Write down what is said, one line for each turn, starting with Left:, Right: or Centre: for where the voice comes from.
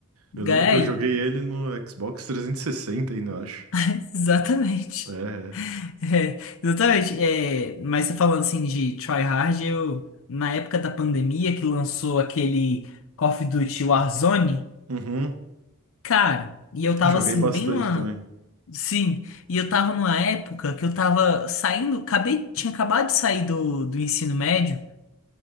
Right: Eu lembro
Left: Gai,
Right: que eu joguei ele no Xbox 360 ainda, eu acho.
Left: <laughs> exatamente.
Right: É, é.
Left: É, exatamente. É, mas você falando assim de try hard, eu na época da pandemia que lançou aquele Call of Duty Warzone,
Right: Uhum.
Left: cara, e eu tava
Right: Joguei
Left: assim
Right: bastante
Left: bem numa,
Right: também.
Left: sim, e eu tava numa época que eu tava saindo, acabei, tinha acabado de sair do, do ensino médio,